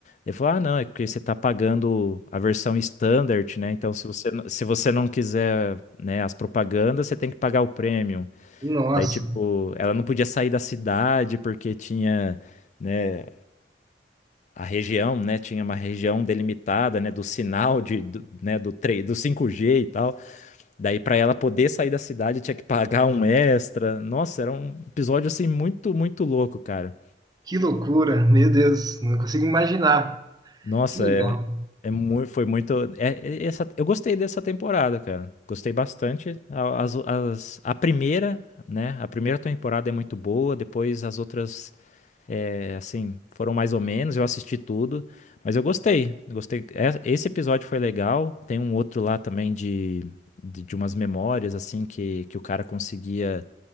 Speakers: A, on the left; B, on the right.
A: Ele falou: Ah, não, é porque você está pagando a versão standard, né? Então, se você, n- se você não quiser, né, as propagandas, você tem que pagar o premium.
B: nossa,
A: Daí, tipo, ela não podia sair da cidade porque tinha, né, a região, né? Tinha uma região delimitada, né, do sinal de, do, né, do, 3, do cinco g e tal. Daí, para ela poder sair da cidade, tinha que pagar um extra. Nossa, era um episódio assim muito, muito louco, cara.
B: que loucura, meu Deus, não consigo imaginar.
A: Nossa,
B: Que legal.
A: é, é muito, foi muito. é- é essa, eu gostei dessa temporada, cara. Gostei bastante. A- As, as- a primeira, né? A primeira temporada é muito boa. Depois as outras, é, assim, foram mais ou menos. Eu assisti tudo, mas eu gostei. Gostei. É- Esse episódio foi legal. Tem um outro lá também de, de, de umas memórias, assim, que, que o cara conseguia,